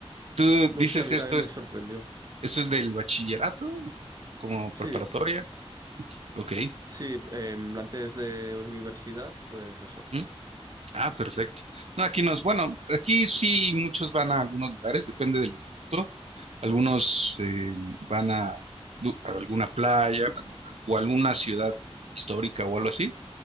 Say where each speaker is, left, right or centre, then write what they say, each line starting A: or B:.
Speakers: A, on the right (about 75°); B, on the right (about 35°).
A: ¿Tú dices
B: No sé, a mí
A: esto
B: también me
A: es,
B: sorprendió.
A: eso es del bachillerato? ¿Como
B: Sí,
A: preparatoria? Ok.
B: sí, em, antes de universidad, pues eso.
A: ¿Mm? Ah, perfecto. No, aquí no es, bueno, aquí sí muchos van a algunos lugares, depende del instituto. Algunos eh, van a, lu- a alguna playa, bueno, o alguna ciudad histórica o algo así.